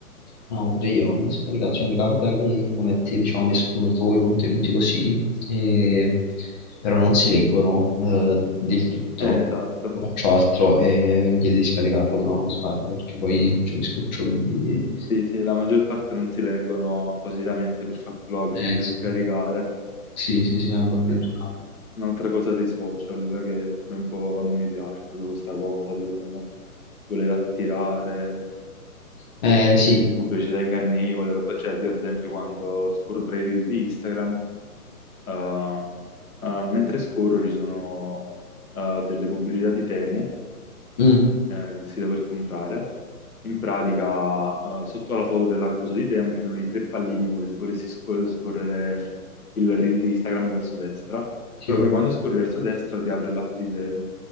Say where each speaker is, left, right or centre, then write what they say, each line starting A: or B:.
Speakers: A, on the left; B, on the left.
A: No, pure io non mi scaricato, cioè mi capita che come a te diciamo mi escono tipo quei contenuti così, e- però non si leggono eh, del tutto,
B: Eh, esatto.
A: Io faccio altro e mi chiede di scaricarlo, però non lo scarico perché poi cioè, mi scoccio, quindi...
B: Sì, sì, la maggior parte non si leggono appositamente per fartelo aprire
A: Eh sì,
B: o scaricare.
A: sì, sì, sì, no, poi immaginavo.
B: Sì, sì. Un'altra cosa dei social che pure un po' non mi piace, proprio questa cosa del voler attirare,
A: Eh sì,
B: cioè, di pubblicità ingannevole, roba. Cioè, io ad esempio quando scorro tra i reel di Instagram, eh, eh, mentre scorro ci sono eh, delle pubblicità di Temu
A: mm,
B: eh, il sito per comprare. In pratica, eh, sotto alla foto dell'accoso di Temu ci sono i tre pallini, come se tu volessi scor- scorrere il reel di Instagram verso destra.
A: sì,
B: Però
A: oh.
B: poi quando scorri verso destra ti apre l'app di Temu.